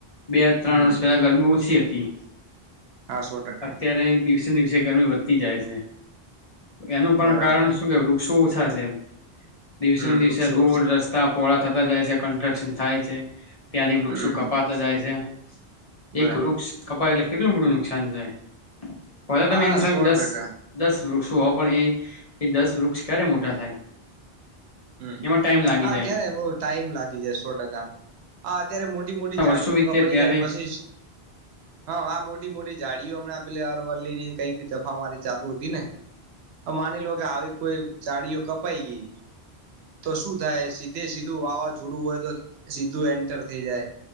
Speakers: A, on the left (about 40°); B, on the right (about 80°).
A: બે ત્રણ
B: હમ
A: વર્ષ પહેલા ગરમી ઓછી હતી
B: હા સો ટકા
A: અત્યારે દિવસે દિવસે ગરમી વધતી જાય છે એનું પણ
B: બરાબર
A: કારણ શું કે વૃક્ષો ઓછા છે દિવસેને
B: હમ
A: દિવસે
B: વૃક્ષો
A: રોડ રસ્તા પોહોળા થતા જાય છે કન્ટ્રક્શન થાય છે ત્યાંથી વૃક્ષો
B: હમ
A: કપાતા જાય છે
B: બરાબર
A: એક વૃક્ષ કપાય એટલે કેટલું મોટું નુકસાન થાય પલા તમે
B: હા
A: એની સામે
B: સો
A: દસ
B: ટકા
A: દસ વૃક્ષો હો પણ એ એ દસ વૃક્ષ ક્યારે મોટા થાય
B: હમ
A: એમાં ટાઈમ લાગી
B: હા
A: જાય
B: ક્યારે બહુ ટાઈમ લાગી જાય સો ટકા હા અત્યારે મોટી મોટી
A: વર્ષો
B: જાડીઓ
A: વીતે
B: કપાઈ
A: ત્યારે
B: જાય પસિસ હા મોટી મોટી મોટી જાડીઓ હમણા આપેલી અરવલ્લી ની કઈક જફા મારી ચાલુ હતી ને આ માની લો કે આવી કોઈ જાડીઓ કપાઈ ગઈ તો શું થાય સીધે સીધું વાવાઝોડું હોય તો સીધું એન્ટર થઈ જાય